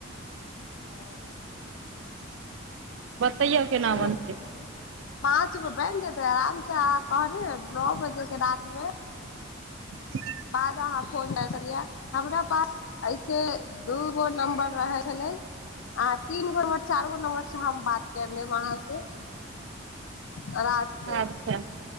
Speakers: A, on the left; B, on the right.
A: हां
B: बतैयौ केना
A: गो
B: बनतै
A: पाँच गो भए न जेतय आराम से आ कहली नओ बजे के रातिमे
B: <inaudible>
A: बाद अहाँ फोन कर छलियै हमरा पास ऐसे दू गो नम्बर रहे छले अहाँ तीन गो नम्बर चार गो नंबर से हम बात करि लेब अहाँ से आओर रात के
B: अच्छा